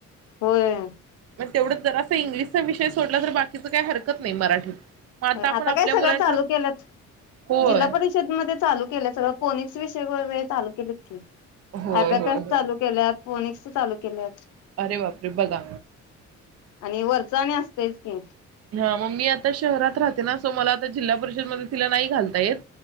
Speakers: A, on the left (about 80°); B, on the right (about 55°).
A: होय.
B: तेवढं जर असा इंग्लिशचा विषय सोडला तर बाकीच काही हरकत नाही मराठीत. मग आपण
A: आता
B: आपल्या
A: काय सगळं
B: मुलांकडे
A: चालू केल्यात.
B: होय
A: जिल्हा परिषदमध्ये चालू केलं सगळं फोनिकस विषय वगैरे चालू केलेत कि.
B: होय
A: ॲबॅकस
B: होय होय
A: चालू केल्यात. फोनेक्स चालू केल्यात.
B: अरे वापरे बघा
A: आणि वरचा आणि असतेच की
B: ह मग मी आता शहरात राहते ना सो मला आता जिल्हा परिषद मध्ये तिला नाही घालता येत